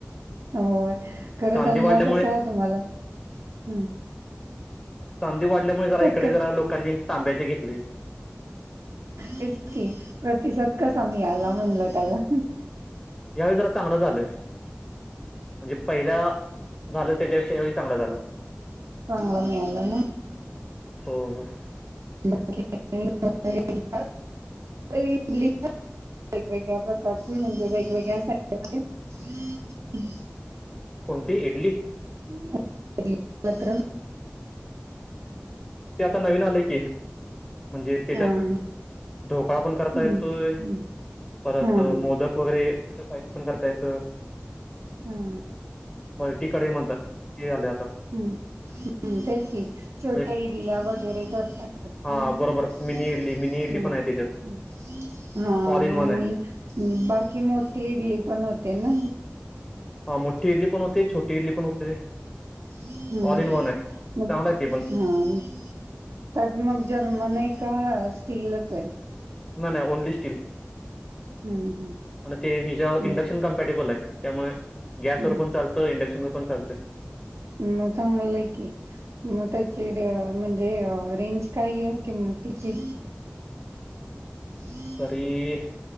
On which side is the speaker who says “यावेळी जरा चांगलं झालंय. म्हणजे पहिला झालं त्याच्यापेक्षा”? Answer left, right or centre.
Left